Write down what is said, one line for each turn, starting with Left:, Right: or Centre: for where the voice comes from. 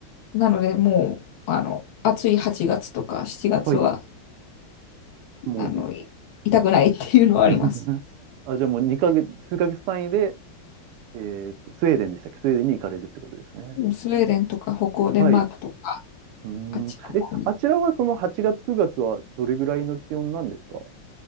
Left: なのでもう、あの、暑い8月とか7月は、
Right: はい、も
Left: あの、い痛くないっていうのはあります。
Right: う <laughs> あ、じゃあもう2ヶ月、数ヶ月単位で、えっと、スウェーデンでしたっけスウェーデンに行かれるってことですね。
Left: スウェーデンとか北欧、
Right: はい。
Left: デンマークとか、
Right: うーん。
Left: あっちの方に
Right: え、あちらはその8月、9月はどれぐらいの気温なんですか